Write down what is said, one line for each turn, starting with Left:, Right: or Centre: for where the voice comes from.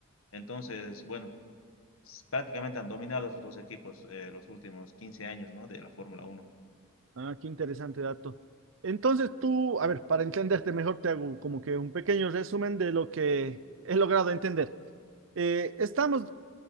Left: Entonces, bueno, prácticamente han dominado estos dos equipos eh, los últimos 15 años, ¿no? De la Fórmula Uno
Right: Ah, qué interesante dato. Entonces tú, a ver, para entenderte mejor, te hago como que un pequeño resumen de lo que he logrado entender. Eh, estamos